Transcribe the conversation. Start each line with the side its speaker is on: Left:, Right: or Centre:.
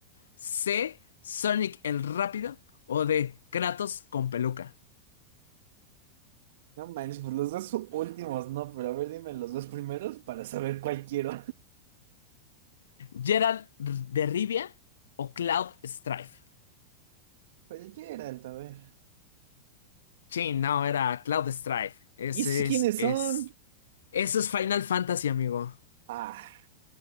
Left: C, Sonic el Rápido. O D, Kratos con peluca.
Right: no manches, pues los dos últimos no, pero a ver, dime los dos primeros para saber cuál quiero.
Left: Gerald de Rivia o Cloud Strife.
Right: <laughs> Oye, Geralt, a ver.
Left: Sí, no, era Cloud Strife. Ese
Right: ¿Y esos
Left: es,
Right: quiénes
Left: es,
Right: son?
Left: eso es Final Fantasy, amigo.
Right: Ah,